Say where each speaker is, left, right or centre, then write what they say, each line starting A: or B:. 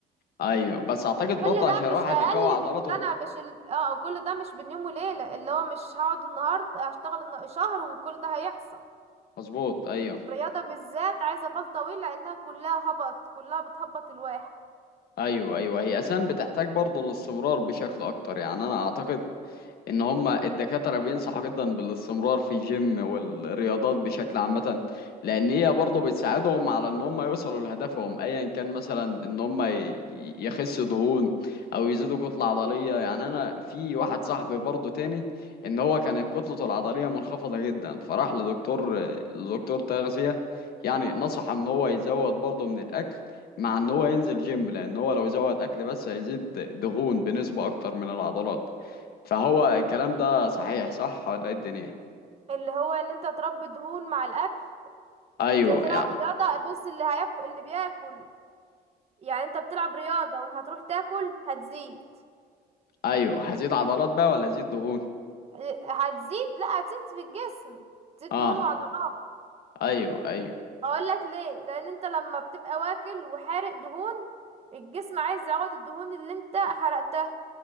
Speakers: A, on the left (about 65°); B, on the right (about 40°).
A: ايوه بس اعتقد برضه
B: كل ده
A: عشان الواحد
B: مش اقل
A: يقوي عضلاته
B: من سنة مش ال... اه كل ده مش بين يوم وليلة اللي هو مش هقعد النهاردة هشتغل النا- شهر وكل ده هيحصل
A: مظبوط ايوه
B: الرياضة بالذات عايزة بال طويل لانها كلها هبط كلها بتهبط الواحد
A: ايوه ايوه هي اساسا بتحتاج برضه الاستمرار بشكل اكتر يعني انا اعتقد ان هما الدكاترة بينصحوا جدا بالاستمرار في الجيم والرياضات بشكل عامة لان هي برضه بتساعدهم على ان هما يوصلوا لهدفهم ايا كان مثلا ان هما ي- يخسوا دهون او يزيدوا كتلة عضلية يعني انا في واحد صاحبي برضه تاني ان هو كانت كتلته العضلية منخفضة جدا فراح لدكتور لدكتور تغذية يعني نصح ان هو يزود برضه من الاكل مع ان هو ينزل جيم لان هو لو زود اكل بس هيزيد دهون بنسبة اكتر من العضلات فهو الكلام ده صحيح صح ولا ايه الدنيا
B: اللي هو ان انت تربي دهون مع الاكل
A: ايوه
B: انت تلعب
A: يعني
B: رياضة بص اللي هياكل اللي بياكل يعني انت بتلعب رياضة وهتروح تاكل هتزيد
A: ايوه هزيد عضلات بقى ولا ازيد دهون
B: إيه، هتزيد لا هتزيد في الجسم تزيد
A: اه
B: دهون وعضلات
A: ايوه ايوه
B: هقول لك ليه لان انت لما بتبقى واكل وحارق دهون الجسم عايز يعوض الدهون اللي انت حرقتها